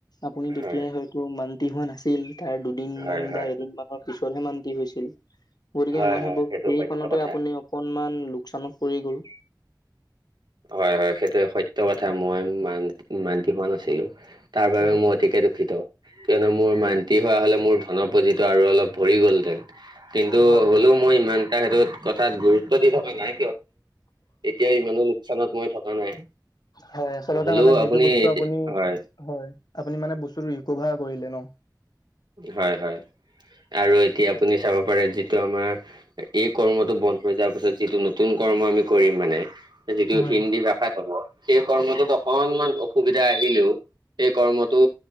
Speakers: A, on the left; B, on the right.
A: আপুনি
B: হয়
A: তেতিয়াই হয়তো মান্তি হোৱা নাছ ছিল তাৰ দুদিন
B: হয়
A: মান
B: হয়
A: বা এদিন মানৰ পিছতহে মান্তি হৈছিল। গতিকে
B: হয় হয়
A: মই
B: হয়
A: ভাবো
B: সেইটো
A: সেইখনতে
B: সত্য কথা
A: আপুনি অকনমান লোকচানত পৰি গ'ল।
B: হয়-হয় সেইটোৱে সত্য কথা মই মান মান্তি হোৱা নাছিলো। তাৰ বাবে
A: হয়
B: মই অতিকে দুখিত। কিয়নো মোৰ মান্তি হোৱা হ'লে মোৰ ধনৰ পুঁজিটো আৰু অলপ ভৰি গ'লহেঁতেন। কিন্তু
A: হয়
B: হ'লেও মই ইমানটা সেইটোত কথাত গুৰুত্ব দি থকা নাই। এতিয়া ইমানো ল স্থানত মই থকা নাই
A: হয় আচলতে
B: হলেও
A: মানে সেইটো
B: আপুনি
A: বস্তু
B: এতিয়া হয়।
A: হয় আপুনি মানে বস্তু ৰিকভাৰ কৰিলে ন।
B: হয়-হয় আৰু এতিয়া আপুনি চাব পাৰে যিটো আমাৰ এই কৰ্মটো বন্ধ হৈ যোৱাৰ পিছত, যিটো নতুন কৰ্ম আমি কৰিম মানে। যিটো
A: হয়
B: হিন্দী ভাষাত হব সেই কৰ্মটোত অকনমান অসুবিধা তি আহিলেও সেই কৰ্মটো